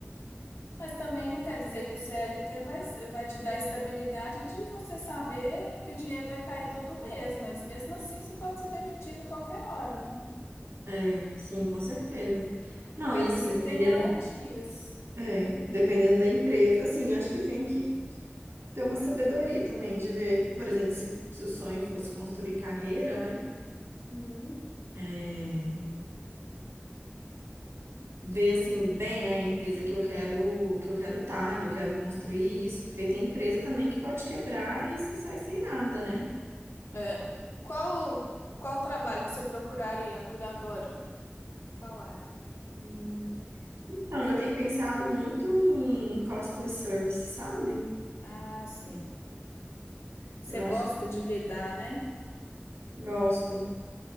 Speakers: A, on the left (about 85°); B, on the right (about 80°).
A: Mas também não quer dizer que o CLT vai, ser- vai te dar a estabilidade de você saber que o dinheiro vai cair todo mês, mas mesmo assim você pode ser demitido a qualquer hora, né?
B: É, sim, com certeza. Não,
A: Mas
B: e assim,
A: você
B: dependendo,
A: tem garantias.
B: é, dependendo da empresa, assim, acho que tem que ter uma sabedoria também de ver, por exemplo, se, se o sonho fosse construir carreira, né?
A: Uhum.
B: É, ver assim bem, né, a empresa que eu quero que eu quero estar, que eu quero construir isso, porque tem empresa também que pode quebrar e você sai sem nada, né?
A: É. Qual, qual trabalho que você procuraria por agora? Qual área?
B: Hum, Então, eu tenho pensado muito em customer service, sabe?
A: Ah, sim. Você
B: Eu acho
A: gosta
B: que eu
A: de lidar, né?
B: gosto.